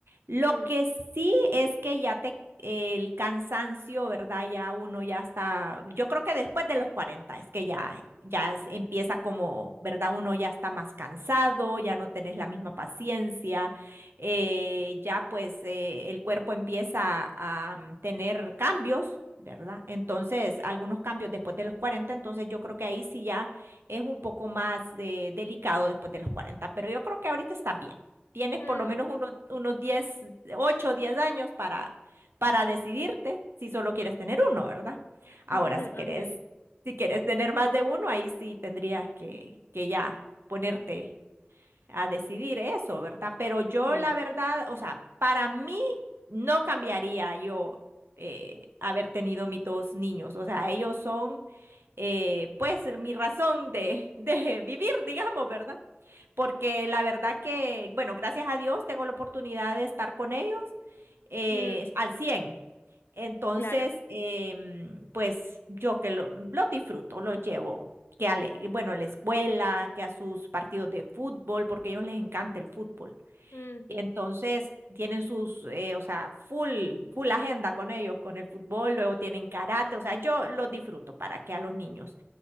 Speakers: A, on the right (about 80°); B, on the left (about 75°).
A: Lo
B: Mm,
A: que sí es que ya te, el cansancio, ¿verdad? Ya uno ya está, yo creo que después de los 40 es que ya, ya es- empieza como, ¿verdad? Uno ya está más cansado, ya no tenés la misma paciencia, eh, ya pues eh, el cuerpo empieza a mm, tener cambios. ¿Verdad? Entonces, algunos cambios después de los 40. entonces yo creo que ahí sí ya es un poco más eh, delicado después de los 40, pero yo creo que ahorita está bien. Tienes
B: mm,
A: por lo menos unos, unos 10 8 o 10 años para, para decidirte si solo quieres tener uno, ¿verdad? Ahora,
B: <laughs>
A: si quieres,
B: ok,
A: si quieres tener más de uno, ahí sí tendrías que, que ya ponerte a decidir eso, ¿verdad? Pero yo
B: sí.
A: la verdad, o sea, para mí no cambiaría yo eh, haber tenido mis dos niños, o sea, ellos son eh, pues mi razón de, <laughs> de vivir, digamos, ¿verdad? Porque la verdad que, bueno, gracias a Dios tengo la oportunidad de estar con ellos eh,
B: Mm,
A: al cien Entonces,
B: claro.
A: em, pues yo que lo- los disfruto, los llevo, que a, la- bueno, a la escuela, que a sus partidos de fútbol, porque a ellos les encanta el fútbol.
B: Mm,
A: Y entonces tienen sus, eh, o sea, full, full agenda con ellos, con el fútbol, luego tienen karate, o sea, yo los disfruto para que a los niños